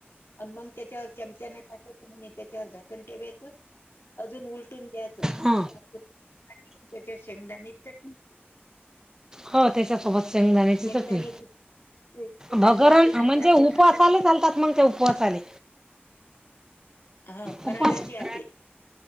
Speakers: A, on the left (about 80°); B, on the right (about 15°).
A: आणि मंग त्याच्यावर चमच्याने टाकायचं म्हणे त्याच्यावर झाकण ठेवायचं. अजून उलटून द्यायचं <inaudible>
B: हां
A: त्याच्यात शेंगदाने चटणी
B: हो त्याच्यासोबत शेंगदाण्याची
A: शेंगदाण्याची
B: चटणी.
A: चांगले
B: भगरण
A: आपे लागतात
B: म्हणजे उपवासाला
A: म्हणा
B: चालतात मंग ते उपवासाले.
A: हा फराळाचे
B: उपवास. <unintelligible>
A: आपे